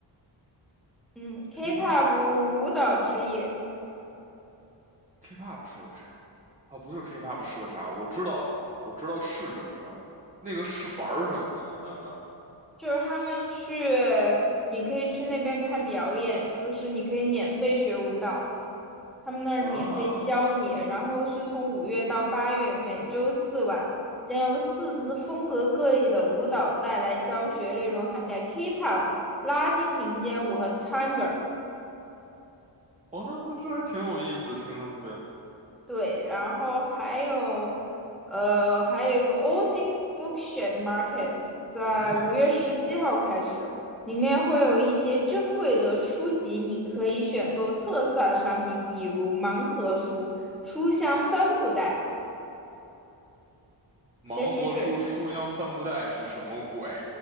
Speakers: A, in the centre; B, on the right.
A: 嗯，K-pop
B: ，K-pop，K-pop，K-pop
A: 舞蹈之夜。
B: 是个啥？哦，不是 K-pop 是个啥？我知道，我知道是什么。那个是玩儿什么呀？咱们？
A: 就是他们去，你可以去那边看表演，就是你可以免费学舞蹈，他们那儿免费教你。
B: 啊，
A: 然后是从五月到八月，每周四晚，将由四支风格各异的舞蹈带来教学，内容涵盖 K-pop、拉丁民间舞和 t a n 探戈。
B: 哦，那不是还挺有意思的，听上去。
A: 对，然后还有，呃，还有一个 All Things Bookshed Market，在五月十七号开始，
B: 那
A: 里面会有一些珍贵的书籍，你可以选购特色商品，比如盲盒书、书香帆布袋，
B: 盲盒书书香帆布袋是什么鬼？
A: 这是给